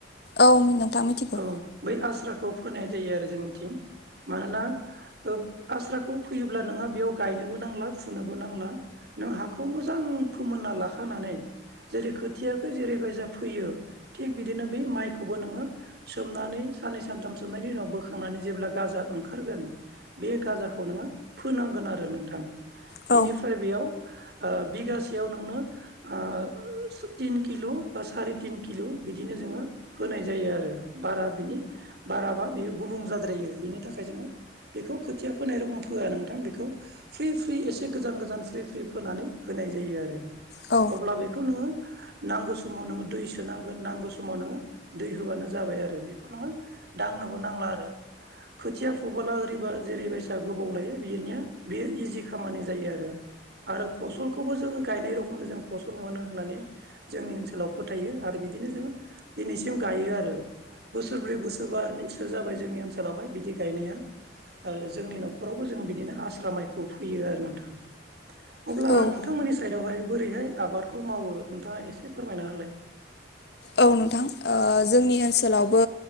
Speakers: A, on the left (about 55°); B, on the right (about 55°).
A: औ नोंथां मिथिगौ
B: औ बै आस्राखौ फोनाय जायो आरो जोंनिथिं मानोना ओ आस्राखौ फोयोब्ला नोंहा बेयाव गायनोबो नांला फुनोबो नांला नों हाखौ मोजां फोमोनना लाखानानै जेरै खोथियाखौ जेरैबायसा फैयो थिग बिदिनो बै माइखौबो नोङो सोमनानै साननै सानथाम सोमनाय बेनि उनाव बोखांनानै जेब्ला गाजा ओंखारगोन बे गाजाखौ नोङो फोनांगोन आरो नोंथां
A: औ
B: बिनिफ्राय बेयाव ओ बिगासेयाव नोंनो ओ तिन किल' बा साराय तिन किल' बिदिनो जोङो होनाय जायो आरो बारा बिनि बाराबा बियो गुबुं जाद्रायो बिनि थाखाय जोङो बेखौ खोथिया फोनाय रोखोम फोया नोंथां बेखौ फ्रि फ्रि एसे गोजान गोजान फ्रि फ्रि फोनानै होनाय जायो आरो
A: औ
B: अब्ला बेखौ नोङो नांगौ समाव नोङो दैसो नांगोन नांगौ समाव नोङो दै होबानो जाबाय आरो बेखौ नोङो दांनो नांला आरो खोथिया फुबला ओरैबा जेरै बायसाया गोबाव लायो बिनिया बेयो इजि खामानि जायो आरो आरो फसलखौबो जोङो गायनाय रखमनो जों फसल मोनो होननानै जोंनि ओनसोलाव फोथायो आरो बिदिनो जोङो दिनैसिम गायो आरो बोसोरब्रै बोसोरबानिसो जाबाय जोंनि ओनसोलावहाय बिदि गायनाया आरो जोंनि न'खरावबो जों बिदिनो आस्रा माइखौ फैयो आरो नोंथां अब्ला
A: औ
B: नोंथांमोननि साइदावहाय बोरैहाय आबादखौ मावो नोंथाङा एसे लाय
A: औ नोंथां ओ जोंनि ओनसोलावबो